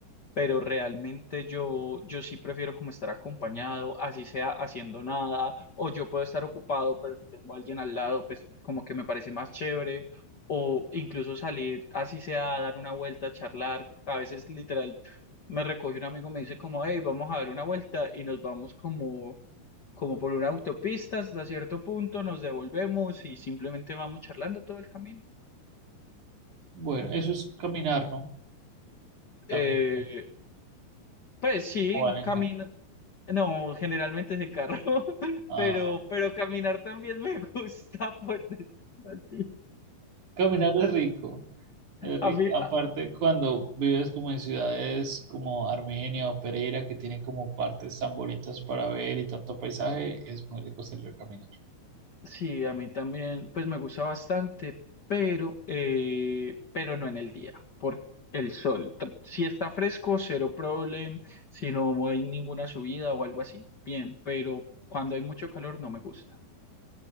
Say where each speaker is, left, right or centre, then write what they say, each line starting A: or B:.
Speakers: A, on the left; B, on the right.
A: pero realmente yo, yo sí prefiero como estar acompañado, así sea haciendo nada, o yo puedo estar ocupado, pero si tengo a alguien al lado, pues como que me parece más chévere, o incluso salir, así sea a dar una vuelta, a charlar, a veces literal me recoge un amigo, me dice como, hey, vamos a dar una vuelta y nos vamos como... como por una autopista hasta cierto punto, nos devolvemos y simplemente vamos charlando todo el camino.
B: Bueno, eso es caminar, ¿no? También
A: Eh,
B: cuenta,
A: Pues sí,
B: o van en
A: camino.
B: ca-
A: No, generalmente es en carro, <laughs>
B: Ah,
A: pero, pero caminar también me <laughs> gusta, por decirlo así.
B: caminar es rico. Es rico.
A: A mí,
B: Aparte,
A: a-
B: cuando vives como en ciudades como Armenia o Pereira, que tienen como partes tan bonitas para ver y tanto paisaje, es muy rico salir a caminar.
A: sí, a mí también, pues me gusta bastante, pero, eh, pero no en el día, por el sol. T- Si está fresco, cero problema. Si no hay ninguna subida o algo así, bien, pero cuando hay mucho calor no me gusta.